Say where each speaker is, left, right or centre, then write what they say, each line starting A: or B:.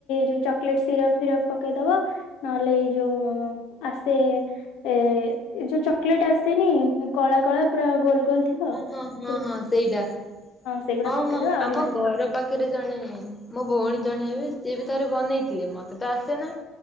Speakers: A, on the left (about 75°); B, on the left (about 20°).
A: ଯ ଚକୋଲେଟ ସିରପ ଫିରପ ପକେଇଦବା। ନହେଲେ ଏଇ ଯୋଉ ଆସେ। ଏ ଏ ଯୋଉ ଚକୋଲେଟ ଆସେନି କଳା କଳା ପୁରା ଗୋଲ ଗୋଲ ଥିବ।
B: ହଁ ହଁ ହଁ
A: ସେ
B: ହଁ ସେଇଟା
A: ସେଗୁଡା
B: ହଁ
A: ପକେଇଦବା
B: ହଁ
A: ଆହୁରି
B: ଆମ
A: ବଢିଆ
B: ଘର ପାଖ। ପାଖରେ ଜଣେ ମୋ ଭଉଣୀ ଜଣେ ହେବେ ସିଏ ବି ଥରେ ବନେଇଥିଲେ ମତେ ତ ଆସେ ନା।